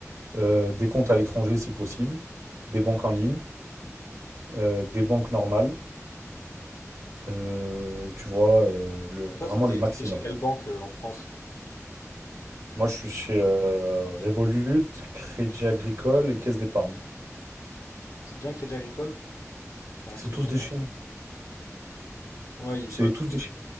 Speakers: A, on the right; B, on the left.
A: Euh, des comptes à l'étranger, c'est possible. Des banques en ligne, euh, des banques normales. euh, tu vois, euh, le,
B: Toi,
A: vraiment
B: t'étais,
A: le maximum.
B: t'étais chez quelle banque euh, en France?
A: Moi, je suis chez euh, Revolut, Crédit Agricole et Caisse d'Épargne.
B: C'est bien Crédit Agricole? Tu as rien
A: C'est
B: que
A: tous
B: le nom.
A: des chiens.
B: Ouais, ouais ils
A: C'est
B: se valent
A: tous
B: tous,
A: des
B: quoi.
A: chiens.